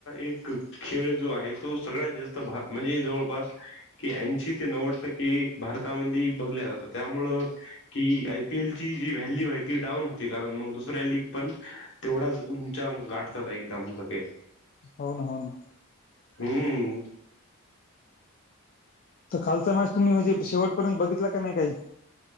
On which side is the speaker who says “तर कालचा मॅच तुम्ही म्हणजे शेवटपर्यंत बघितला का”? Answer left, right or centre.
Left